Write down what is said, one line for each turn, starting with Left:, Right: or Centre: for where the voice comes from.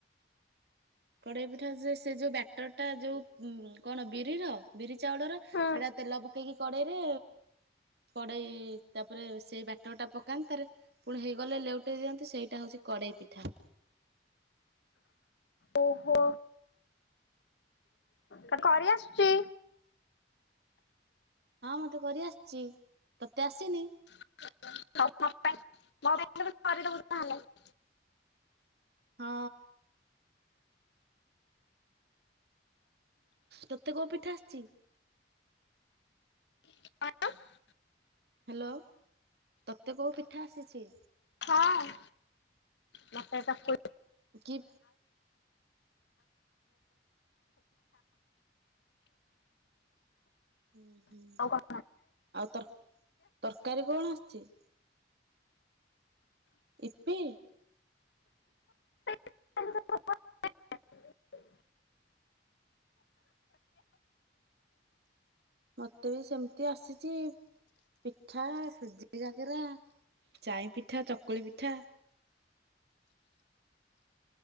Right: କଡେଇ ପିଠା ସେ ସେ ଯୋଉ ବ୍ୟାଟରଟା ଯୋଉ ଉଁ କଣ ବିରିର ବିରି ଚାଉଳର ହେଇଟା
Left: ହୁଁ
Right: ତେଲ ପକେଇକି କଡେଇରେ କଡେଇ ତାପରେ ସେଇ ବ୍ୟାଟରଟା ପକାନ୍ତି ତାରେ ପୁଣି ହେଇଗଲେ ଲେଉଟେଇ ଦିଅନ୍ତି ସେଇଟା ହେଉଛି କଡ଼େଇ ପିଠା।
Left: ଓହୋ। ତ କରି ଆସୁଛି?
Right: ହଁ ମତେ କରିଆସିଛି ତତେ ଆସିନି?
Left: ମୋ କରିଦ ହେଲେ <unintelligible>
Right: ହଁ। ତତେ କୋଉ ପିଠା ଆସିଛି।
Left: <unintelligible>
Right: ହ୍ୟାଲୋ ତତେ କୋଉ ପିଠା ଆସିଛି।
Left: ହଁ ମତେ ଚକୁ
Right: କି ହୁଁ ହୁଁ
Left: ଆଉ କଣ
Right: ଆଉ ତର ତରକାରୀ କଣ ଆସିୁଛି। ଇପି।
Left: <inaudible>
Right: ମତେ ବି ସେମିତି ଆସିଛି ପିଠା ସୁଜି କରା ଚାଇ ପିଠା ଚକୁଳି ପିଠା।